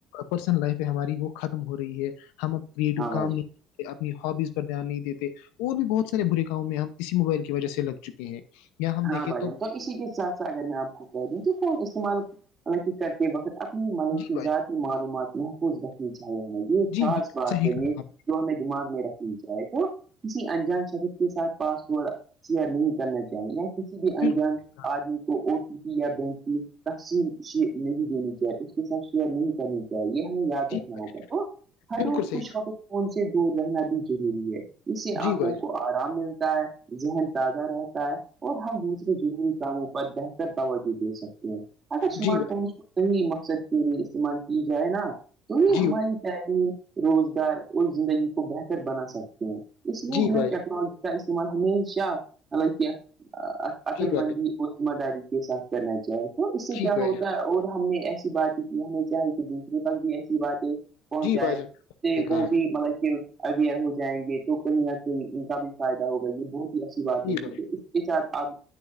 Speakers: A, on the left (about 80°); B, on the right (about 30°).
A: پرسن لائف ہے ہماری وہ ختم ہو رہی ہے ہم اب کریٹو
B: ہاں بھائی
A: کام
B: جان
A: نہیں کرتے، اپنی ہابیز پر دھیان نہیں دیتے اور بھی بہت سارے برے کامو میں ہم اسی موبائل کی وجہ سے لگ چکے ہیں یا ہم
B: ہاں
A: دیکھیں
B: بھائیان تو اسی کے ساتھ سھ اگر میں آپ کو کہہ دوں کہ فون استعمالطلب کر <unintelligible> کے وقت اپنی ملائی کی
A: جی بھائی
B: ذاتی
A: جان
B: معلومات محفوظ رکھی جائے ہما یہ
A: جی
B: خاص
A: بالکل
B: بات
A: صحیح
B: ہے
A: کہا
B: یہ <unintelligible>
A: آپ
B: جو ہمیں دماغ میں رکھنی چاہائے تو کسی انجان شخص کے ساتھ پاس ورڈ شیئر نہیں کرنا چاہیں یا کسی بھی
A: نے،
B: انجان
A: بالکل صحیح کہا
B: آدمی کو اور چ <unintelligible> یا بینک کی تقسیمئ نہیں دینی چاہیے اس کے ساتھ شیئر نہیں کرنی چیے یہ ہمیں یاد
A: جی
B: رکھنا
A: بھائی
B: ہوگا تو
A: جان،
B: ہر
A: بالکل
B: روز
A: صحیح
B: کچھ
A: کہا
B: فون سے دور رہنا بھی ضروری ہے <unintelligible> اس سے
A: جی
B: آنکھوں
A: بھائی جان
B: کو آرام ملتا ہے ذہن تازہ رہتا ہے اور ہم دوسرے ضروری کاموں پر بہتر توجہ دے سکتے ہیں اگر سمارٹ
A: جی بھائی
B: فون کو صحیح مقصد کے لیے استعمال کی جائے نا تو یہ
A: جی
B: ہماری تلیم روزگار اور زندگی کو بہتر بنا سکتے ہیں اس لیے
A: جی
B: ہمیں
A: بھائی
B: ٹیکنالوجی
A: جان
B: کا استعمال ہمیشہ حالانکہ عقل
A: جی بھائی
B: مندی
A: جان
B: اور ذمہ داری کے ساتھ کرنا چاہے تو اس سے
A: جی
B: کیا
A: بھائی
B: ہوتا
A: جان
B: ہے اور ہم نے ایسی باتیں کی ہمیں چاہے کہ دوسرے تک بھی ایسی باتیں پہنچ
A: جی
B: جائے
A: بھائی جان
B: کہ
A: صحیح کہا
B: وہ
A: آپ
B: بھی مطلب کہ اویئر ہو جائیں گے تو کہیں نہ کہیں ان کا بھی فائدہ ہوگا یہ بہت ہی اچھی بات
A: نے،
B: رہگی
A: جی بھائی
B: تو ا س آپ